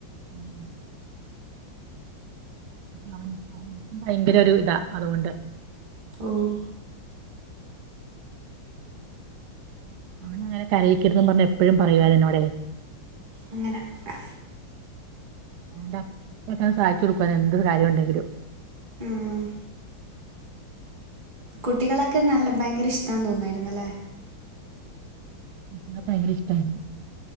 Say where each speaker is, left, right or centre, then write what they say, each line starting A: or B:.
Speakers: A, on the right (about 75°); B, on the right (about 25°).
A: ഉം അവൻക്കും ഭയങ്കര ഒര് ഇതാ അതുകൊണ്ട്
B: ഓഹ്
A: ഓനങ്ങനെ കരയിക്കെര്തും പർഞ്ഞ് എപ്പഴും പറയു എന്നോടെ
B: അങ്ങന <unintelligible>
A: അതോണ്ട് അപ്പകങ് സാധിച്ച് കൊട്ക്കും എന്ത് കാര്യോണ്ടെങ്കിലും
B: ഉം, കുട്ടികളൊക്കെ നല്ല ഭയങ്കര ഇഷ്ട്ടാന്ന് തോന്നായിര്ന്നല്ലേ
A: ഉം ഭയങ്കര ഇഷ്ട്ടാര്ന്നു